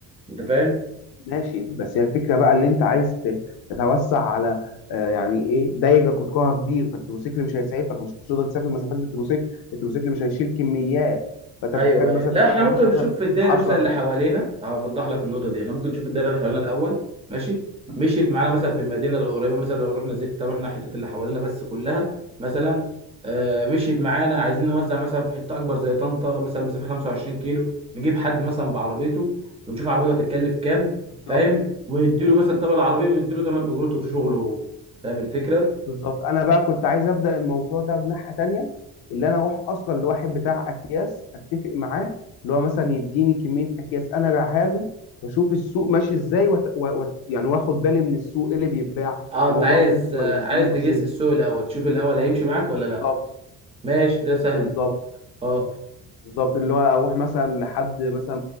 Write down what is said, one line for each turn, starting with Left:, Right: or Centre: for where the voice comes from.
Right: انت فاهم
Left: ماشي بس هي الفكره بقى اللي انت عايز ت- تتوسع على آه، يعني ايه دايره قطرها كبير فالتروسيكل مش هيسعفك مش هتقدر تسافر مسافات بالتروسيكل التروسيكل مش هيشيل كميات فانت
Right: ايوه
Left: بتحتاج
Right: ايوه
Left: مثلا
Right: لا
Left: تقول
Right: احنا
Left: انا
Right: ممكن
Left: همشي مثلا
Right: نشوف في الدايره
Left: 10
Right: مثلا اللي حوالينا هوضح لك النقطه دي احنا ممكن نشوف الدايره اللي حوالينا الاول ماشي مشيت معانا مثلا في المدينه القريبه مثلا لو رحنا زفت رحنا حته اللي حوالينا بس كلها مثلا آه، مشيت معانا عايزين نوزع مثلا في حته اكبر زي طنطا مثلا مسافه 25 كيلو نجيب حد مثلا بعربيته ونشوف عربيته هتتكلف كام
Left: بالظبط
Right: فاهم ونديله مثلا تمن العربيه ونديله تمن اجرته وشغله هو فاهم الفكره
Left: بالظبط انا بقى كنت عايز ابدا الموضوع ده بناحيه تانيه اللي انا اروح اصلا لواحد بتاع اكياس اتفق معاه اللي هو مثلا يديني كميه اكياس انا ابيعها له واشوف السوق ماشي ازاي وت... و... و... يعني واخد بالي من السوق إيه اللي بيتباع
Right: اه انت
Left: الموضوع
Right: عايز
Left: مجزي
Right: آه،
Left: ولا مش
Right: عايز
Left: مجزي
Right: تجس السوق الاول تشوف الاول هيمشي معاك ولا
Left: بالظبط
Right: لا ماشي ده سهل
Left: بالظبط
Right: اه
Left: بالظبط اللي هو اروح مثلا لحد مثلا